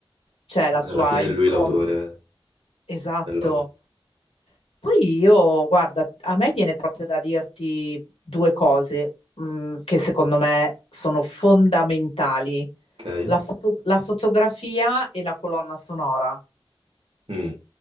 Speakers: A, on the left; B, on the right.
A: Cioè la sua
B: alla fine
A: impronta.
B: è lui l'autore
A: Esatto.
B: dell'opera,
A: Poi io, guarda, a me viene proprio da dirti due cose, mh, che secondo me sono fondamentali.
B: ok?
A: La foto- la fotografia e la colonna sonora.
B: Mm,